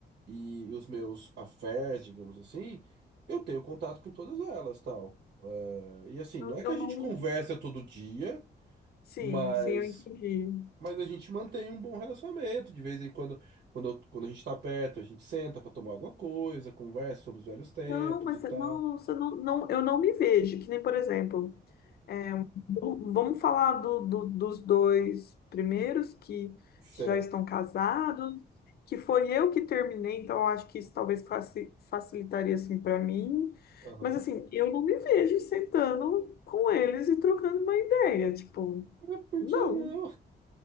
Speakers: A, on the right; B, on the left.
A: e os meus affairs, digamos assim, eu tenho contato com todas elas, tal. Eh, e assim,
B: Eu,
A: não é que
B: eu
A: a gente
B: não.
A: conversa todo dia,
B: Sim,
A: mas,
B: sim, eu entendi.
A: mas a gente mantém um bom relacionamento. De vez em quando, quando, eu- quando a gente tá perto, a gente senta pra tomar alguma coisa, conversa sobre os velhos tempos
B: Não, mas
A: e tal.
B: você- não, você não, não, eu não me vejo, que nem, por exemplo. É, bom, vamos falar do- do- dos dois primeiros que
A: Certo.
B: já estão casados, que foi eu que terminei, então eu acho que isso talvez faci- facilitaria assim para mim.
A: Aham.
B: Mas assim, eu não me vejo sentando com eles e trocando uma ideia, tipo,
A: Mas Por
B: não.
A: que não?